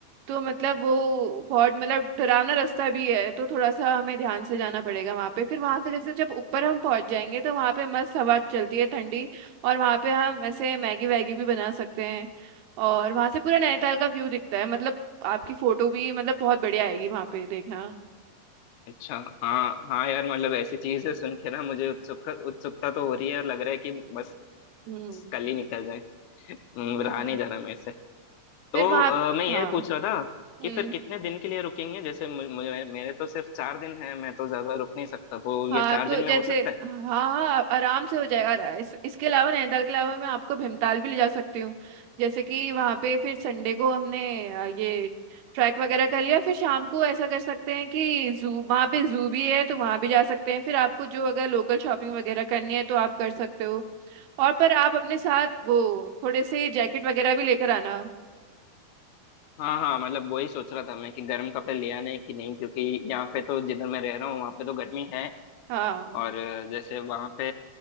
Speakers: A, on the right (about 85°); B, on the left (about 80°).
A: तो मतलब वो बहुत मतलब डरावना रास्ता भी है तो थोड़ा सा हमें ध्यान से जाना पड़ेगा वहां पे फिर वहां से जैसे जब ऊपर हम पहुंच जाएंगे तो वहां पे मस्त हवा चलती है ठंडी और वहां पे हम ऐसे मैगी वैगी भी बना सकते हैं और वहां से पूरा नैनीताल का व्यू दिखता है मतलब आपकी फोटो भी मतलब बहुत बढ़िया आएगी वहां पे देखना
B: अच्छा हाँ हाँ यार मतलब ऐसी चीजें सुन के ना मुझे उत्सुकता उत्सुकता तो हो रही है और लग रहा है कि बस
A: हम्म
B: कल ही निकल जाए हम्म, रहा
A: हाँ
B: नहीं जा रहा मेरे से
A: फिर
B: तो
A: वहां
B: अ, मैं ये
A: हाँ
B: पूछ रहा था कि
A: हम्म
B: फिर कितने दिन के लिए रुकेंगे जैसे मु- मुझे मेरे तो सिर्फ चार दिन है मैं तो ज्यादा रुक नहीं सकता तो
A: हाँ
B: ये चार
A: तो
B: दिन
A: जैसे
B: में हो सकता है
A: हाँ हाँ आराम से हो जाएगा अरा- इस, इसके अलावा नैनीताल के अलावा मैं आपको भीमताल भी ले जा सकती हूँ जैसे कि वहाँ पे फिर संडे को हमने अ, ये ट्रैक वगैरह कर लिया फिर शाम को ऐसा कर सकते हैं कि जू वहाँ पे जू भी है तो वहाँ भी जा सकते हैं फिर आपको जो अगर लोकल शॉपिंग वगैरह करनी है तो आप कर सकते हो और पर आप अपने साथ वो थोड़े से जैकेट वगैरह भी लेकर आना
B: हाँ हाँ मतलब वही सोच रहा था मैं कि गर्म कपड़े ले आने कि नहीं क्योंकि यहाँ पे तो जिधर मैं रह रहा हूँ वहाँ पे तो गर्मी है
A: हाँ
B: और जैसे वहां पे